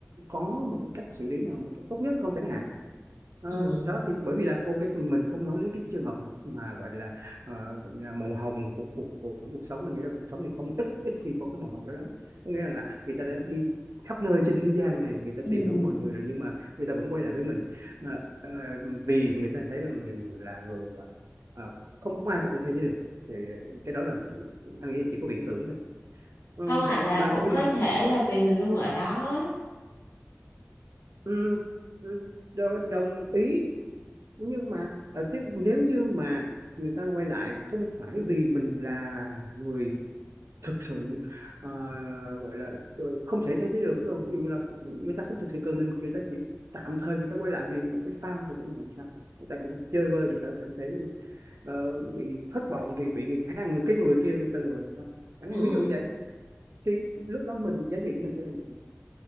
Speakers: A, on the right; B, on the left.
A: có một cái cách xử lý nào một cách tốt nhất không chẳng hạn Ờ,
B: Ừ.
A: đó thì bởi vì là ok mình không nói đến cái trường hợp mà gọi là ờ, gọi là màu hồng của cuộc của, của cuộc sống mình nghĩ là cuộc sống thì không ít ít khi có cái màu hồng đó lắm có nghĩa rằng là người ta đã đi khắp nơi trên thế gian này người ta
B: Ừ.
A: tìm đủ mọi người rồi nhưng mà người ta vẫn quay lại với mình Ờ, ờ, vì người ta thấy rằng mình là người ờ, ờ, không ai có thể thay thế được thì cái đó là anh nghĩ chỉ có viễn tưởng thôi Ờ,
B: không hoặc là
A: mà
B: cũng
A: nhưng
B: có
A: mà
B: thể là vì mình luôn ở đó ấy.
A: ừ, ừ, đo- đồng ý nhưng mà ở thế, nếu như mà người ta quay lại không phải vì mình là người thực sự ờ, gọi là không thể thay thế được ví dụ như là người ta không thực sự cần mình người ta chỉ tạm thời người ta quay lại vì một cái phao thì cái này thì sao người ta cảm thấy chơi vơi người ta cảm thấy ờ, bị thất vọng vì bị người khác người cái người kia người ta lừa thì sao chẳng
B: ừ.
A: hạn ví dụ vậy thì lúc đó mình giá trị của mình sẽ là gì